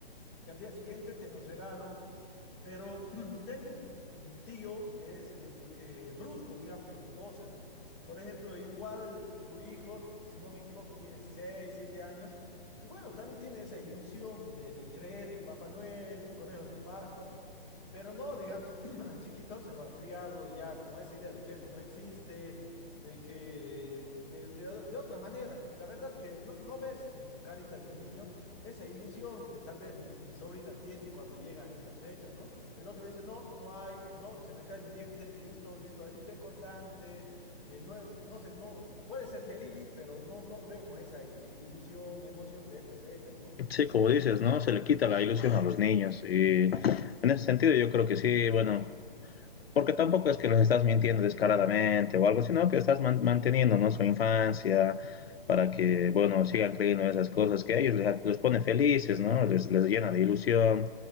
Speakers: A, on the left; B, on the left.
A: que al día siguiente tenga un regalo, pero <clears throat> tengo un, un tío que es medio que brusco, digamos, con las cosas. Por ejemplo, igual su hijo, si no me equivoco, tiene 6 7 años, y bueno, también tiene esa ilusión de, de creer en Papá Noel, en conejos de Pascuas. Pero no, digamos, <clears throat> al chiquito se lo ha criado ya con esa idea de que eso no existe, de que de, de- de otra manera. Y la verdad que no, no ves en su carita del niño esa ilusión que tal vez mi, mi sobrina tiene cuando llegan estas fechas, ¿no? El otro dice, no, no hay, no, se me cae un diente, listo, listo, así recortante, eh, no, no sé, no, puede ser feliz, pero no, no lo veo con esa i- ilusión, emoción de estas fechas, ¿no?
B: Sí, como dices, ¿no? Se le quita la ilusión a los niños y en ese sentido yo creo que sí, bueno, porque tampoco es que los estás mintiendo descaradamente o algo, sino que estás man- manteniendo, ¿no? su infancia para que, bueno, sigan creyendo en esas cosas que a ellos les, les pone felices, ¿no? Les, les llena de ilusión.